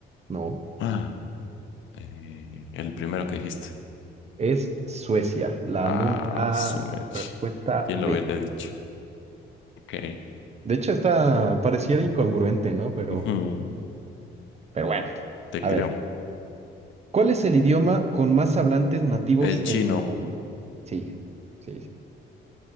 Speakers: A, on the right; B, on the left.
A: no.
B: <gasps> Ah, eh, el primero que dijiste.
A: Es Suecia, la,
B: Ah,
A: num- la
B: Sumech.
A: respuesta
B: ¿Quién
A: D.
B: lo hubiera dicho? Ok.
A: De hecho, esta pareciera incongruente, ¿no? Pero,
B: Ujú,
A: pero bueno.
B: te creo.
A: A ver, ¿cuál es el idioma con más hablantes nativos
B: El chino.
A: en el mundo? Sí, sí. sí.